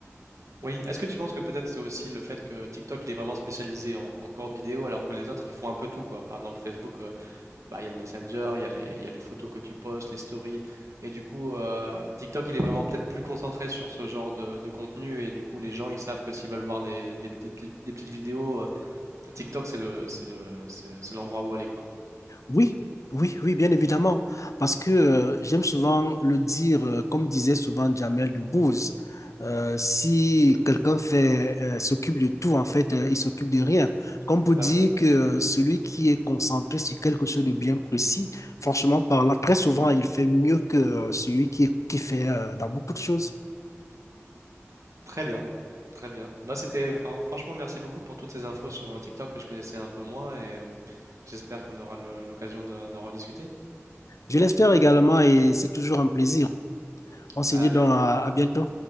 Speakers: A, on the right; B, on the left.
A: Oui, est-ce que tu penses que peut-être c'est aussi le fait que TikTok il est vraiment spécialisé en, en courte vidéo alors que les autres ils font un peu tout quoi. Par exemple Facebook, euh, bah, il y a le Messenger, il y a les, il y a les photos que tu postes, les stories et du coup euh, TikTok il est vraiment peut-être plus concentré sur ce genre de, de contenu et du coup les gens ils savent que s'ils veulent voir des, des- des petites des petites vidéos, euh, TikTok c'est le, c'est le, c'est c'est l'endroit où aller quoi.
B: Oui, oui, oui, bien évidemment. Parce que euh, j'aime souvent le dire, euh, comme disait souvent Jamel Debbouze, euh, si quelqu'un fait, euh, s'occupe de tout, en fait, euh, il s'occupe de rien. Comme pour
A: Bah
B: dire
A: oui.
B: que euh, celui qui est concentré sur quelque chose de bien précis, franchement parlant, très souvent, il fait mieux que euh, celui qui, qui fait euh, dans beaucoup de choses.
A: Très bien, très bien. Bah, c'était fran- franchement merci beaucoup pour toutes ces infos sur euh, TikTok que je connaissais un peu moins et euh, j'espère qu'on aura le- l'occasion d'en d'en rediscuter.
B: Je l'espère également et c'est toujours un plaisir. On se
A: À
B: dit donc
A: bientôt.
B: à à bientôt.